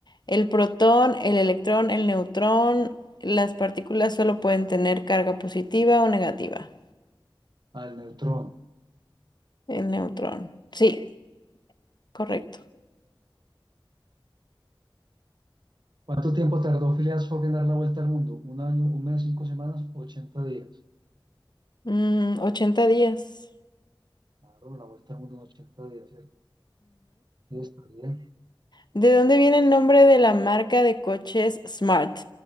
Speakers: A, on the left; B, on the right.
A: El protón, el electrón, el neutrón. Las partículas solo pueden tener carga positiva o negativa.
B: Al neutrón.
A: El neutrón. Sí, correcto.
B: ¿Cuánto tiempo tardó Phileas Fogg en dar la vuelta al mundo? ¿Un año, un mes, cinco semanas, 80 días?
A: Mm, 80 días.
B: Claro, la vuelta al mundo en 80 días, ¿cierto? Sí, está bien.
A: ¿De dónde viene el nombre de la marca de coches Smart?